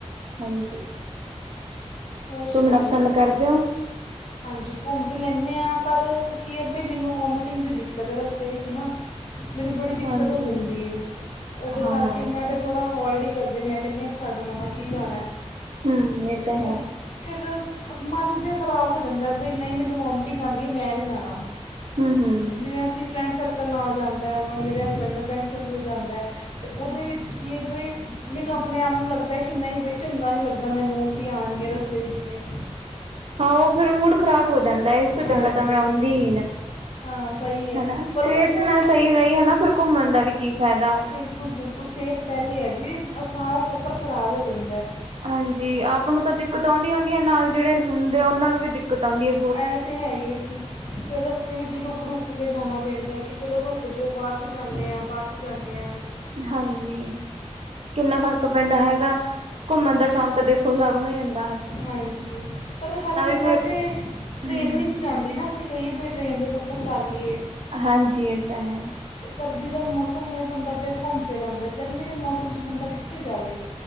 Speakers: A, on the right; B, on the left.
A: ਹਾਂਜੀ
B: ਹੋਰ
A: ਘੁੰਮਣਾ
B: ਸੁਣਾਓ
A: ਪਸੰਦ ਕਰਦੇ ਹੋ
B: ਹਾਂਜੀ ਘੁੰਮ ਤਾਂ ਲੈਂਦੇ ਹਾਂ ਪਰ ਕੀ ਹੈ ਬਈ ਮੈਨੂੰ ਵੋਮੀਟਿੰਗ ਦੀ ਦਿੱਕਤ ਹੈ ਰਸਤੇ ਵਿੱਚ ਨਾ ਮੈਨੂੰ ਬੜੀ ਦਿੱਕਤ
A: ਹਾਂਜੀ
B: ਹੋ ਜਾਂਦੀ ਹੈ ਉਹਦੇ
A: ਹਾਂ
B: ਕਰਕੇ
A: ਇਹ
B: ਮੈਂ
A: ਤਾਂ
B: ਫਿਰ ਥੋੜ੍ਹਾ ਅਵੋਇਡ ਹੀ ਕਰਦੇ ਮੈਂ ਕਿਹਾ ਛੱਡ ਮਣਾ ਕੀ ਜਾਣਾ
A: ਹਮ ਇਹ ਤਾਂ ਹੈ
B: ਉਹ ਫਿਰ ਮਨ ਜਿਹਾ ਖ਼ਰਾਬ ਹੋ ਜਾਂਦਾ ਵੀ ਨਹੀਂ ਮੈਨੂੰ ਵਾਮਟਿੰਗ ਆਉਂਦੀ ਮੈਂ ਨਹੀਂ ਜਾਣਾ
A: ਹਮ ਹਮ
B: ਜਿਵੇਂ ਅਸੀਂ ਫਰੈਂਡ ਸਰਕਲ ਨਾਲ ਜਾਂਦਾ, ਉਹ ਮੇਰੇ ਹਸਬੈਂਡ ਦਾ ਫਰੈਂਡ ਸਰਕਲ ਜਾਂਦਾ। ਅਤੇ ਉਹਦੇ ਵਿੱਚ ਕੀ ਹੈ ਭਈ ਮੈਨੂੰ ਆਪਣੇ ਆਪ ਨੂੰ ਲੱਗਦਾ ਕਿੰਨਾ ਹੀ ਵੀ ਚੰਗਾ ਨਹੀਂ ਲੱਗਦਾ, ਮੈਨੂੰ ਉਲਟੀਆਂ ਆਣਗੀਆਂ ਰਸਤੇ ਵਿੱਚ ਤੇ।
A: ਹਾਂ ਉਹ ਫਿਰ ਮੁੂੜ ਖ਼ਰਾਬ ਹੋ ਜਾਂਦਾ, ਇਸ ਤੋਂ ਚੰਗਾ
B: ਹਾਂਜੀ
A: ਤਾਂ ਮੈਂ ਆਉਂਦੀ ਹੀ ਨਾ।
B: ਹਾਂ ਸਹੀ ਹੈ
A: ਹਨਾ,
B: ਪਰ
A: ਸਿਹਤ
B: ਉਹ ਹੁਣ
A: ਨਾ ਸਹੀ ਰਹੀ ਹਨਾ, ਫਿਰ ਘੁੰਮਣ ਦਾ ਵੀ ਕੀ ਫਾਇਦਾ।
B: ਬਿਲਕੁਲ -ਬਿਲਕੁਲ ਸਿਹਤ ਪਹਿਲੇ ਐ ਜੀ, ਸਾਰਾ ਸਫ਼ਰ ਖਰਾਬ ਹੋ ਜਾਂਦਾ।
A: ਹਾਂਜੀ, ਆਪ ਨੂੰ ਤਾਂ ਦਿੱਕਤ ਆਉਂਦੀ -ਆਉਂਦੀ ਐ, ਨਾਲ ਜਿਹੜੇ ਹੁੰਦੇ ਆ, ਉਹਨਾਂ ਨੂੰ ਵੀ ਦਿੱਕਤ ਆਉਂਦੀ ਐ।
B: ਐਹ ਤੇ ਹੈ ਹੀ ਏ ਫੇਰ, ਫੇਰ ਰਸਤੇ ਅਤੇ ਵਿੱਚ ਰੁਕ- ਰੁਕ ਕੇ ਜਾਣਾ ਪੈਂਦਾ, ਕਿ ਚਲੋ ਰੁਕ ਜਾਓ, ਬਾਅਦ ਚੋਂ ਜਾਂਦੇ ਆਂ, ਬਾਅਦ ਚੋਂ ਜਾਂਦੇ ਆਂ।
A: ਹਾਂਜੀ, ਕਿੰਨਾ ਫਰਕ ਪੈਂਦਾ ਹੈਗਾ ਘੁੰਮਣ ਦਾ, ਸ਼ੌਂਕ ਤਾਂ ਦੇਖੋ ਸਭ ਨੂੰ ਹੀ ਹੁੰਦ
B: ਹਾਂਜੀ, ਪਰ ਹਰ ਜਗ੍ਹਾ
A: ਫਿਰ
B: ਤੇ ਟ੍ਰੇਨ
A: ਹੂੰ-ਹੂੰ।
B: ਵੀ ਨਹੀਂ ਜਾਂਦੀ ਨਾ। ਅਸੀਂ ਕਹੀਏ ਵੀ ਟ੍ਰੇਨ ਦਾ ਸਫ਼ਰ ਕਰ ਲਈਏ
A: ਹਾਂਜੀ ਇਹ ਤਾਂ ਹੈ
B: ਸਰਦੀ ਦਾ ਮੌਸਮ ਹੋਏ ਬੰਦਾ ਫਿਰ ਘੁੰਮ ਫਿਰ ਆਉਂਦਾ ਗਰਮੀ ਦੇ ਮੌਸਮ 'ਚ ਬੰਦਾ ਕਿੱਥੇ ਜਾਵੇ